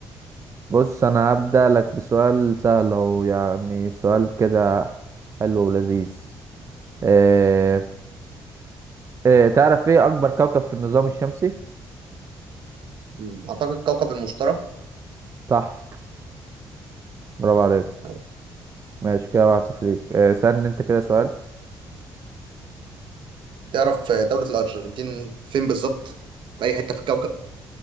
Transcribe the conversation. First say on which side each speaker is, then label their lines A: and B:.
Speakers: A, on the right; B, on the right.
A: بص انا هبدأ لك بسؤال سهل اهو يعني سؤال كده حلو ولذيذ آه، آه، تعرف ايه اكبر كوكب في النظام الشمسي
B: مم. اعتقد كوكب المشتري
A: صح برافو عليك
B: تمام.
A: ماشي كده واحد صفر ليك آه، سألني انت كده سؤال
B: تعرف آه، دولة الارجنتين فين بالظبط في اي حته في الكوكب